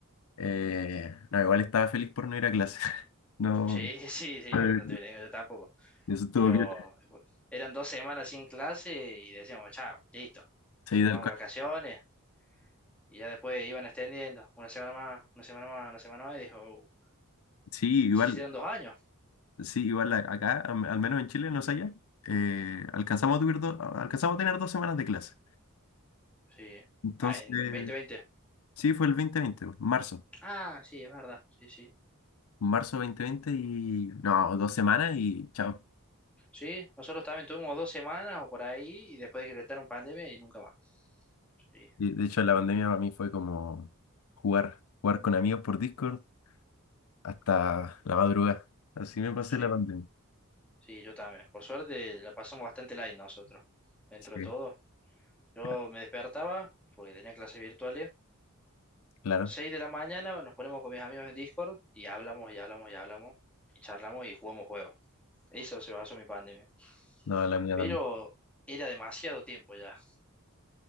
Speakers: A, on the left (about 75°); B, in the centre.
A: Eh, no, igual estaba feliz por no ir a clase. <laughs> No,
B: Sí, <laughs> sí, sí,
A: eh,
B: no, no te voy a negar, yo tampoco.
A: eso estuvo
B: Pero
A: bien.
B: bueno, eran dos semanas sin clase y decíamos, chao, listo,
A: Sí, tal
B: más
A: cual.
B: vacaciones. Y ya después iban extendiendo, una semana más, una semana más, una semana más, y dijo, "Uh,
A: Sí, igual,
B: y se hicieron dos años,
A: sí, igual a- acá, am- al menos en Chile, no sé allá, eh, alcanzamos a tuvir do- alcanzamos a tener dos semanas de clase.
B: sí,
A: Entonces,
B: ah, en 2020.
A: sí, fue el 2020, marzo.
B: Ah, sí, es verdad, sí, sí.
A: Marzo 2020 y, no, dos semanas y chao.
B: Sí, nosotros también tuvimos dos semanas o por ahí, y después decretaron pandemia y nunca más. Sí,
A: Y, de hecho, la pandemia para mí fue como jugar, jugar con amigos por Discord hasta la madrugada. Así me pasé
B: sí,
A: la pandemia.
B: sí, yo también. Por suerte la pasamos bastante light nosotros, dentro
A: Sí,
B: de todo. Yo
A: ya,
B: me despertaba porque tenía clases virtuales.
A: claro.
B: seis de la mañana nos ponemos con mis amigos en Discord y hablamos y hablamos y hablamos y charlamos y jugamos juegos. Eso se basó mi pandemia.
A: No, la mía
B: Pero
A: también.
B: era demasiado tiempo ya.